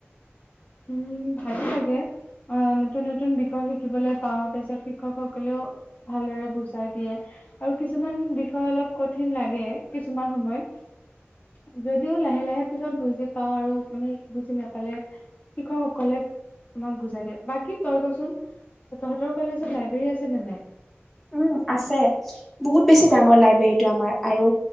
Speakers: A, on the left (about 35°); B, in the centre.
A: উম, ভালে লাগে। আ, নতুন নতুন বিষয় শিকিবলৈ পাও তাৰপিছত শিক্ষকসকলেও ভালদৰে বুজাই দিয়ে। আৰু কিছুমান বিষয় অলপ কঠিন লাগে কিছুমান সময়ত। যদিও লাহে লাহে পিছত বুজি পাওঁ আৰু মানে বুজি নাপালে শিক্ষকসকলে আমাক বুজাই দিয়ে। বাকী তই কচোন? তহঁতৰ কলেজত লাইব্ৰেৰী আছে নে নাই?
B: উম, আছে বহুত বেছি ডাঙৰ লাইব্ৰেৰীটো আমাৰ আৰু